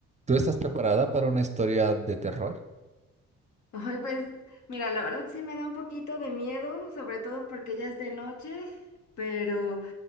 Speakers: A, on the right; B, on the left.
A: ¿Tú estás preparada para una historia de terror?
B: Ay, pues mira, la verdad sí me da un poquito de miedo, sobre todo porque ya es de noche, pero,